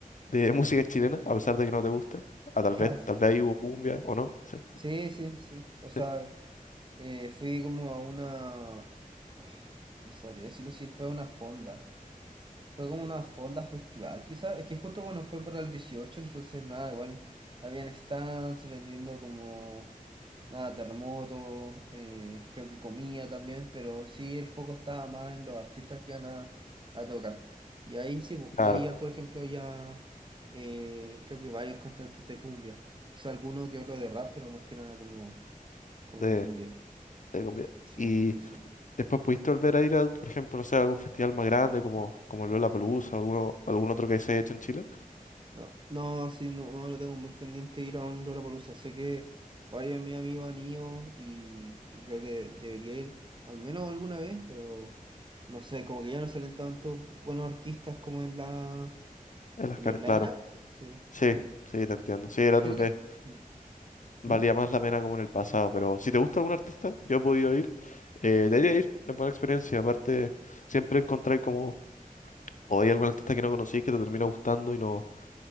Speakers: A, on the left; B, on the right.
A: de <laughs> música chilena, a pesar de que no te gusta? Ah, tal
B: <laughs>
A: vez,
B: Ah, s-
A: tal vez ahí hubo cumbia, ¿o no? Sí,
B: sí, sí. sí. O sea,
A: sí.
B: eh, fui como a una... ah, No sabría decirlo si fue a una fonda. Fue como una fonda festival, quizás. Es que justo cuando fue para el 18 entonces nada, igual habían stands vendiendo como nada, terremotos, eh, creo que comida también, pero sí el foco estaba más en los artistas que iban a, a tocar. Y ahí sí, pues,
A: Claro,
B: y ahí ya, por ejemplo, ya eh, creo que varios cantantes de cumbia. Quizá alguno que otro de rap, pero más que nada como, como
A: de,
B: de cumbia.
A: de cumbia.
B: Sí,
A: y
B: sí, sí.
A: Después pudiste volver a ir a, por ejemplo, no sé, a algún festival más grande como, como el Lollapalooza o alguno, algún otro que se haya hecho en Chile.
B: No, no, sí, no, no lo tengo muy pendiente ir a un Lollapalooza. Sé que varios de mis amigos han ido y, y creo que debería ir al menos alguna vez, pero no sé, como que ya no salen tantos buenos artistas como en la
A: En las
B: en
A: car-
B: los line-up.
A: claro.
B: Sí.
A: Sí,
B: No,
A: sí, te entiendo. Sí, era
B: creo
A: tal vez,
B: que. ¿Mm?
A: valía
B: ¿Mm?
A: más la pena como en el pasado, pero si te gusta algún artista, yo he podido ir, eh, debería ir, es buena experiencia. Aparte, siempre encontrar como, o hay algún artista que no conocís que te termina gustando y no,